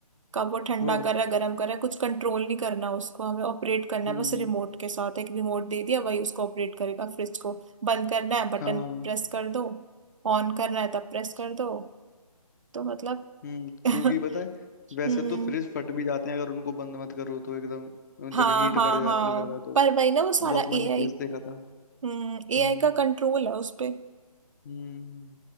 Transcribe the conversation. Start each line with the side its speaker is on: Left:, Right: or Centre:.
Right: कब वो ठंडा
Left: तो
Right: कर रहा है गर्म कर रहा है कुछ कंट्रोल नहीं करना उसको हमें ऑपरेट करना
Left: हम्म
Right: है बस रिमोट के साथ एक रिमोट दे दिया वही उसको ऑपरेट करेगा फ्रिज को बंद करना है बटन
Left: हाँ
Right: प्रेस कर दो ऑन करना है तब प्रेस कर दो तो मतलब
Left: हम्म क्योंकि
Right: <laughs>
Left: पता है
Right: हम्म
Left: वैसे तो फ्रिज फट भी जाते हैं अगर उनको बंद मत करो तो एकदम
Right: हाँ
Left: जब हीट
Right: हाँ
Left: बढ़ जाती
Right: हाँ
Left: है ज्यादा तो
Right: पर वही ना वो सारा
Left: बहुत मैंने
Right: एआई
Left: केस देखा था
Right: हम्म एआई
Left: हम्म
Right: का कंट्रोल है उस पे
Left: हम्म